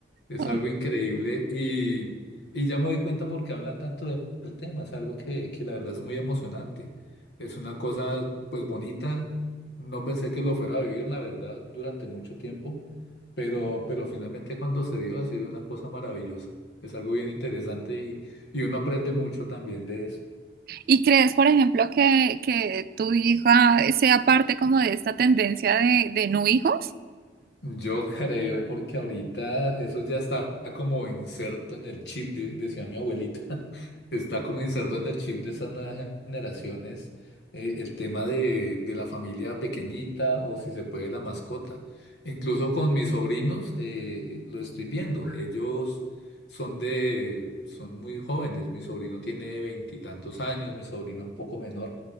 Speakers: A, on the left (about 70°); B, on the right (about 50°).
A: Es
B: ok.
A: algo increíble y, y ya me doy cuenta por qué hablan tanto de- del tema. Es algo que, que la verdad es muy emocionante. Es una cosa pues bonita no pensé que lo fuera a vivir, la verdad, durante mucho tiempo, pero, pero finalmente cuando se dio ha sido una cosa maravillosa. Es algo bien interesante y, y uno aprende mucho también de eso.
B: ¿Y crees, por ejemplo, que, que tu hija sea parte como de esta tendencia de, de no hijos?
A: Yo creo porque ahorita eso ya está como inserto en el chip, de- decía mi abuelita, <laughs> está como inserto en el chip de esas nuevas gen- generaciones, eh, el tema de, de la familia pequeñita o si se puede la mascota. Incluso con mis sobrinos eh, lo estoy viendo. Ellos son de, son muy jóvenes. Mi sobrino tiene veintitantos años, mi sobrino un poco menor.